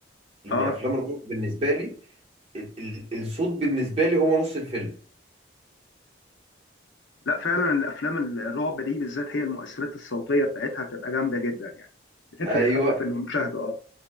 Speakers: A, on the right (about 30°); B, on the left (about 75°).
A: لان
B: اه
A: افلام الرعب بالنسبه لي ال ال الصوت بالنسبه لي هو نص الفيلم
B: لا فعلا الافلام الرعب دي بالذات هي المؤثرات الصوتيه بتاعتها بتبقى جامده جدا يعني بتفرق
A: ايوه
B: حتى في المشاهده اه